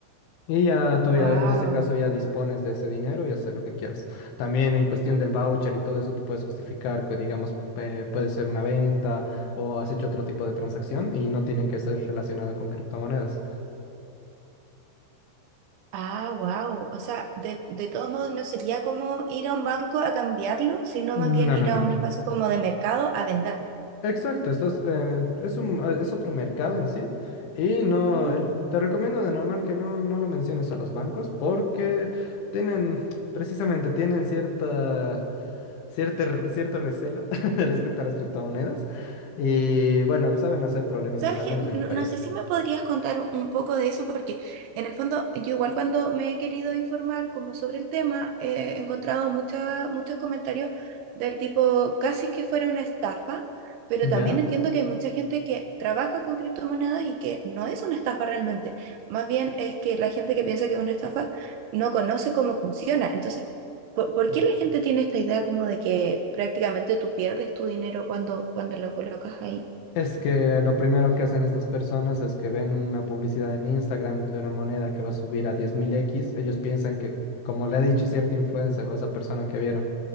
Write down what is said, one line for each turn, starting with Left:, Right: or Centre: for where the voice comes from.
Left: Y ya tú
Right: Wow.
Left: ya en este caso ya dispones de ese dinero y hacer lo que quieras. También en cuestión del voucher y todo eso, tú puedes justificar que digamos eh, puede ser una venta o has hecho otro tipo de transacción y no tiene que ser relacionado con criptomonedas.
Right: Ah, wow. O sea, de, de todos modos no sería como ir a un banco a cambiarlo, sino
Left: No,
Right: más bien ir
Left: no, no.
Right: a un espacio como de mercado a venderlo.
Left: Exacto, estás, eh, es un, eh, es otro mercado en sí. Y no,
Right: Ujú.
Left: el- te recomiendo de normal que no, no lo menciones a los bancos porque tienen, precisamente, tienen cierta, cierta r- cierto recelo <laughs> respecto a las criptomonedas. Y bueno, saben hacer problemitas,
Right: ¿Sabes
Left: al
Right: qué?
Left: menos en
Right: No,
Left: mi país.
Right: no sé si me podrías contar un poco de eso, porque en el fondo yo igual cuando me he querido informar como sobre el tema, eh, he encontrado mucha- muchos comentarios del tipo casi que fuera una estafa, pero
Left: ¿Ya?
Right: también entiendo que hay mucha gente que trabaja con criptomonedas y que no es una estafa realmente. Más bien es que la gente que piensa que es una estafa no conoce cómo funciona. Entonces, ¿por, por
Left: Sí.
Right: qué la gente tiene esta idea como de que prácticamente tú pierdes tu dinero cuando, cuando lo colocas ahí?
Left: Es que lo primero que hacen estas personas es que ven una publicidad en Instagram de una moneda que va a subir a diez mil x Ellos piensan que, como le ha dicho cierto influencer o esa persona que vieron,